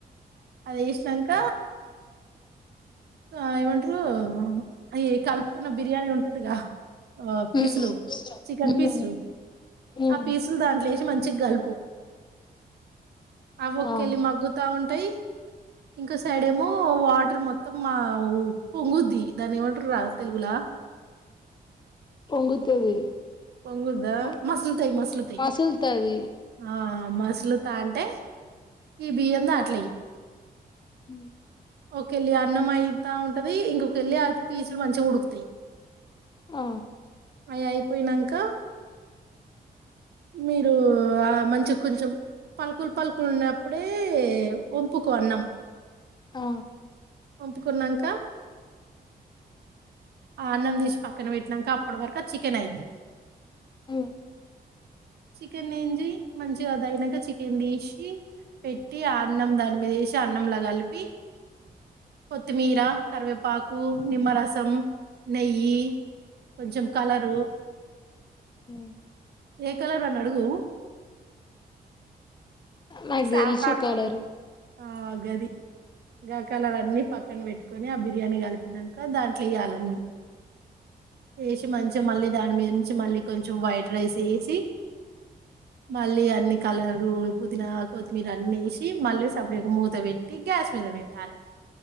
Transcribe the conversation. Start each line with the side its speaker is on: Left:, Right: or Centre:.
Right: అది ఇసినాక ఆ ఏమంటారు అ కలుపుకున్న బిర్యానీ ఉంటదిగా పీసులు
Left: ఉమ్
Right: చికెన్
Left: ఉమ్
Right: పీసులు
Left: ఉమ్
Right: ఆ పీసులు దాంట్లోచి మంచి చ్చి గల్పు అకలి
Left: ఆ
Right: మగ్గుతా ఉంట తై ఇంకో సైడ్ ఏమో వాటర్ మొత్తం మా పొంగుద్ది దాన్ని ఏమంటారు రా తెలుగులా
Left: పొంగుతది
Right: పొంగుద్దా
Left: మ
Right: మసలుతయి మసలుతయి
Left: మసులుతది
Right: ఆ అమాసులు తా అంటే ఈ బియ్యంతో అట్ల్య
Left: హ
Right: ఒక వెళ్ళి అన్నం అయితా ఉంటది ఇంకొక ఎల్లి ఆ పీసులు మంచిగా ఉడుకుతాయి
Left: ఆ
Right: ఏఐ పోయినాక మీరు మంచిగా కొంచెం పలుకులు పలుకులు ఉన్నప్పుడే వొంపుకొ అన్నం
Left: ఆ
Right: పంపుకున్నాక అన్నం తీసి పక్కన పెట్టినాక అప్పటి వరకు చికెన్ అయింది
Left: అ
Right: చికెన్ేంచి మంచిగా తగినక చికెన్ తీసి పెట్టి అన్నం దాని మీద వేసి అన్నంలా కలిపి కొత్తిమీర కరివేపాకు నిమ్మరసం నెయ్యి కొంచెం కలరు
Left: అ
Right: ఏ కలరాని అడుగు
Left: నాకు
Right: సాఫ్రాన్
Left: తెలుసు కలరు
Right: కలర్ ఆ గది కలర్ అన్ని పక్కన పెట్టుకొని ఆ బిర్యానీ కలిపినాక దాంట్లో ఎయ్యాలన్నీ ఏష మంచి మళ్ళీ దాని మీద నుంచి మళ్ళీ కొంచెం వైట్ రైస్ వేసి మళ్ళీ అన్ని కలరు పునా కొత్తిమీర అన్నేసి మళ్ళీ సప్పుడయ ఒక మూత పెట్టి గ్యాస్ మీద పెట్టాలి